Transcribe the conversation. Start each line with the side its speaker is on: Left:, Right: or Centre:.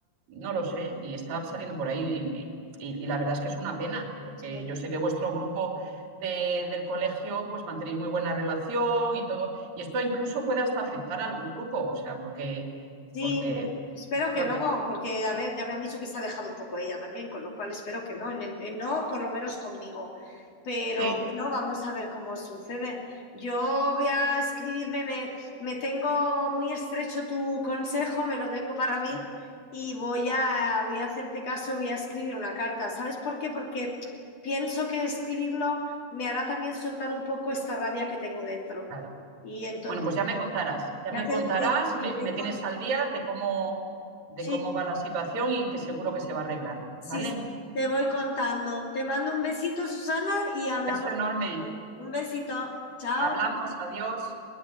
Right: no lo sé, y está saliendo por ahí. Y, y- y la verdad es que es una pena, porque
Left: sé.
Right: yo sé que vuestro grupo de- del colegio, pues mantenéis muy buena relación y todo, y esto incluso puede hasta afectar al grupo, o sea, porque
Left: Sí,
Right: porque,
Left: bueno, espero que
Right: porque,
Left: no, porque a ver, ya me han dicho que se ha alejado un poco ella también, con lo cual espero que no, en el- en- no por lo menos conmigo. Pero
Right: sí,
Left: no, vamos a ver cómo sucede. Yo voy a escribirme, me, me tengo muy estrecho tu consejo, me lo tengo para
Right: sí,
Left: mí y voy a, voy a hacerte caso, voy a escribir una carta. ¿Sabes por qué? Porque pienso que escribirlo me hará también soltar un poco esta rabia que tengo dentro.
Right: claro.
Left: Y entonces,
Right: Bueno, pues ya me contarás, ya
Left: ya
Right: me
Left: te,
Right: contarás
Left: te-
Right: y
Left: te
Right: me,
Left: iré
Right: y me tienes
Left: con-
Right: al día de cómo, de
Left: sí.
Right: cómo va la situación y que seguro que se va a arreglar,
Left: Sí,
Right: ¿vale?
Left: sí, te voy contando. Te mando un besito, Susana, y hablamos.
Right: Beso enorme.
Left: pronto. Un besito. Chao.
Right: Hablamos, adiós.